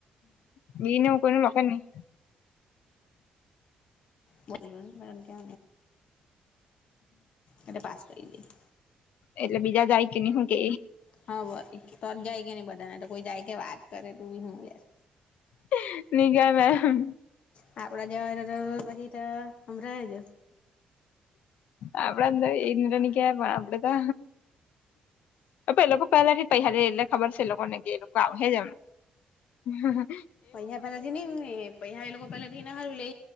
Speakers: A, on the left; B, on the left.
A: હમ એ નવું કો લોકોક નહી.
B: બજ જો કે. અને પાસ કરી દે થ.
A: એટલે બીજા જાય કે નહી હું કે
B: હા ભાઈ તો જ જાય કે નહી બધાને તો કોઈ જાય કે વાત કરે તોું બી શું યાર.
A: <unintelligible>
B: હ આપડા જવા વહીમરાજ.
A: આપડ તોર ઇન્દ્રની કે પણ આપડે તો. એ લોકો પેલાથી પૈ હ એટલે ખબર છે એ લોકોને કે એ લોકો આવ જ એમ. હમ્મ.
B: પૈ પેલા થી નઈ પૈ એ લોકો પેલા થી ના હારું લે.